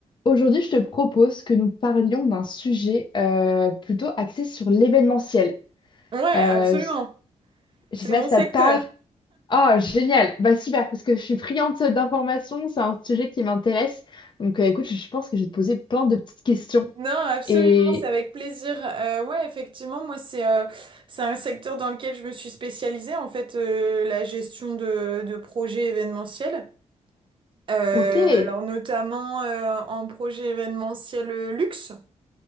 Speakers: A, on the left (about 40°); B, on the right (about 45°).
A: Aujourd'hui, je te propose que nous parlions d'un sujet euh, plutôt axé sur l'événementiel.
B: Ouais,
A: Euh,
B: absolument.
A: je
B: C'est
A: sais pas
B: mon
A: si
B: secteur.
A: ça te parle. Ah, génial! Bah super, parce que je suis friande d'informations, c'est un sujet qui m'intéresse. Donc euh, écoute, je je pense que je vais te poser plein de petites questions.
B: Non, absolument,
A: Et
B: c'est avec plaisir. Euh, ouais, effectivement, moi, c'est euh, c'est un secteur dans lequel je me suis spécialisée, en fait, euh, la gestion de, de projets événementiels. Euh,
A: ok. Et
B: alors, notamment euh, en projet événementiel euh, luxe.